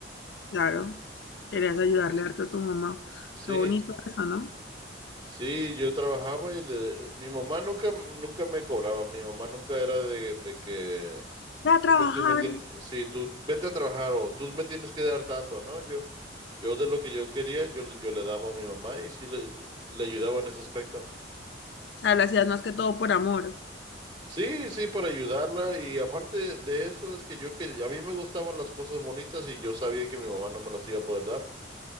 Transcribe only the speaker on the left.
Claro, querías ayudarle harto a tu mamá.
Qué bonito eso, ¿no?
Ve a trabajar.
O
sea, lo hacías más que todo por amor.